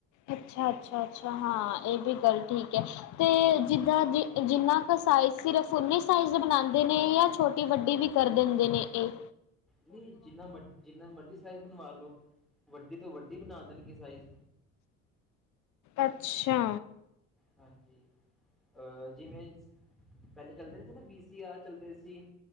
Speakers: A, on the left; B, in the centre.
A: ਅੱਛਾ-ਅੱਛਾ, ਅੱਛਾ ਹਾਂ,
B: ਹਾਂਜੀ
A: ਇਹ ਵੀ ਗੱਲ ਠੀਕ ਏ, ਤੇ
B: ਹਾਂ।
A: ਜਿੱਦਾਂ ਜੇ ਜਿੰਨਾ ਕੁ ਸਾਈਜ਼ ਸਿਰਫ ਓਨੀ ਸਾਈਜ਼ ਦੇ ਬਨਾਂਦੇ ਨੇ, ਯਾ ਛੋਟੀ ਵੱਡੀ ਵੀ ਕਰ ਦਿੰਦੇ ਨੇ ਏ?
B: ਨਹੀਂ ਜਿੰਨਾ ਮਰ ਜਿੰਨਾ ਮਰਜ਼ੀ ਸਾਈਜ਼ ਬਣਵਾ ਲੋ ਵੱਡੀ ਤੋਂ, ਵੱਡੀ ਬਣਾ ਦੇਣਗੇ ਸਾਈਜ਼
A: ਅੱਛਾ
B: ਹਾਂਜੀ, ਅਹ ਜਿਵੇਂ, ਪਹਿਲੇ ਚੱਲਦੇ ਸੀ ਨਾ ਬੀਸ ਸੀ ਆਹ ਚੱਲਦੇ ਸੀ